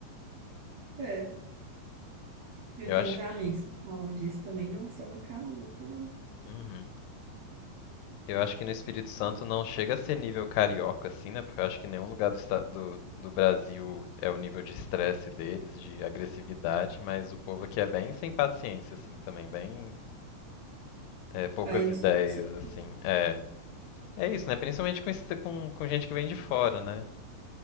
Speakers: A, on the right; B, on the left.
A: É. Eu
B: Eu
A: tenho
B: acho
A: uns amigos
B: que,
A: que falam disso também. Nossa, é uma calma e tal.
B: Uhum. eu acho que no Espírito Santo não chega a ser nível carioca, assim, né? Porque eu acho que nenhum lugar do, esta- do, do Brasil é o nível de estresse deles, de agressividade, mas o povo aqui é bem sem paciência, assim, também, bem é, poucas
A: Aí no
B: ideias,
A: Espírito Santo?
B: assim. É, é isso, né? Principalmente com, esse- com, com gente que vem de fora, né?